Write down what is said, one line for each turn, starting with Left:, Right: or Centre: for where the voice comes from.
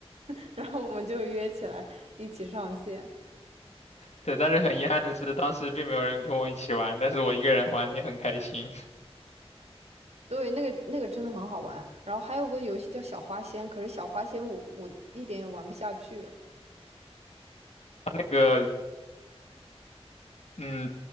Right: <laughs> 然后我们就约起来一起上线。
Left: 对，但是很遗憾的是，当时并没有人跟我一起玩，但是我一个人玩的也很开心。<laughs>
Right: 对，那个那个真的很好玩。然后还有个游戏叫小花仙，可是小花仙我我一点也玩不下去。
Left: 这个，嗯，